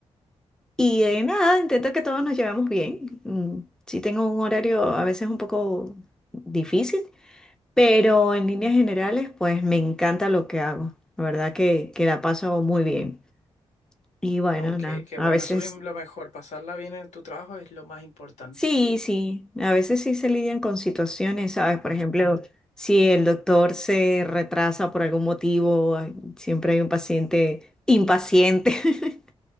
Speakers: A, in the centre; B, on the left.
A: y eh, nada, intento que todos nos llevemos bien. Mm, Sí tengo un horario a veces un poco difícil pero en líneas generales, pues me encanta lo que hago. La verdad que, que la paso muy bien. Y bueno,
B: ok,
A: nada,
B: qué
A: a
B: bueno.
A: veces
B: Eso es lo lo mejor. Pasarla bien en tu trabajo es lo más importante.
A: sí, sí, a veces sí se lidian con situaciones, ¿sabes? Por ejemplo, si el doctor se retrasa por algún motivo, hay- siempre hay un paciente impaciente. <laughs>